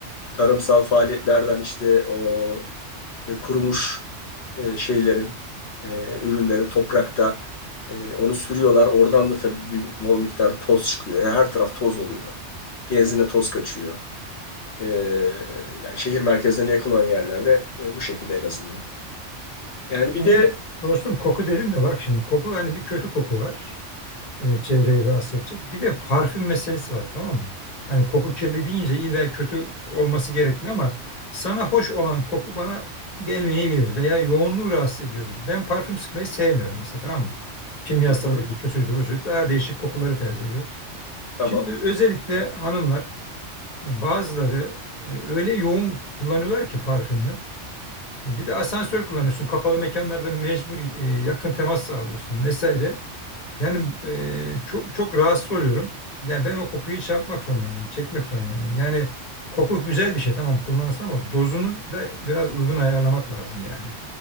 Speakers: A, on the left; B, on the left.
A: tarımsal faaliyetlerden işte o e, kurumuş e, şeylerin, e, ürünlerin toprakta e, onu sürüyorlar. Oradan da tabii büyük bol miktarda toz çıkıyor. Yani her taraf toz oluyor. Genzine toz kaçıyor. E, yani şehir merkezlerine yakın olan yerlerde e, bu şekilde en azından. Yani bir
B: Yani
A: de
B: dostum koku dedin de bak şimdi koku hani bir kötü koku var. e, çevreyi rahatsız edecek. Bir de parfüm meselesi var tamam mı? Yani koku kirli deyince illa kötü olması gerekmiyor ama sana hoş olan koku bana gelmeyebilir veya yoğunluğu rahatsız ediyor. Ben parfüm sıkmayı sevmiyorum mesela tamam mı? Kimyasalıydı,
A: hı hı,
B: şu suydu, bu suydu. Daha değişik kokuları tercih ediyorum.
A: tamam.
B: Şimdi özellikle hanımlar e, bazıları e, öyle yoğun kullanıyorlar ki parfümü. E, Bir de asansör kullanıyorsun. Kapalı mekanlarda mecbur e, yakın temas sağlıyorsun vesaire. Yani e, çok çok rahatsız oluyorum. Yani ben o kokuyu çarpmak zorunda mıyım? Çekmek zorunda mıyım? Yani koku güzel bir şey tamam kullanılsın ama dozunu da biraz uygun ayarlamak lazım yani.